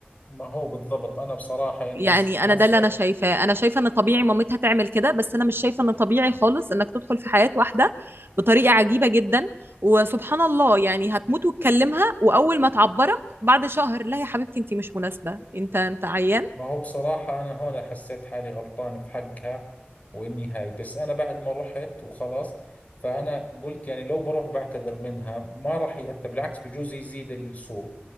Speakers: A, on the left; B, on the right.
A: ما هو بالضبط أنا بصراحة يعني
B: يعني
A: بس هسا
B: انا ده اللي انا شايفاه انا شايفه ان طبيعي مامتها تعمل كده بس انا مش شايفه ان طبيعي خالص انك تدخل في حياه واحده بطريقه عجيبه جدا وسبحان الله يعني هتموت وتكلمها واول ما تعبرك بعد شهر لا يا حبيبتي انت مش مناسبه انت انت عيان
A: ما هو بصراحة أنا هون حسيت حالي غلطان في حقها وإني هاي بس أنا بعد ما رحت وخلاص فأنا قلت يعني لو بروح بعتذر منها ما راح يأثر بالعكس بجوز يزيد السوء